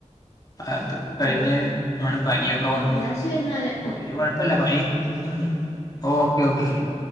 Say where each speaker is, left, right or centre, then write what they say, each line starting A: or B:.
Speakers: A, on the left; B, on the left.
A: അതൊക്കെ കയ്ഞ്ഞേല്
B: ആ
A: ആണ് പനിയൊക്കെ വന്ന്
B: എന്നാ ശരി
A: പ്പ
B: എന്നാല്
A: വല്ല്യ കൊഴപ്പ് പ്പല്ല പനി സുഖണ്ട് ഓക്കേ ഓക്കെ ശരി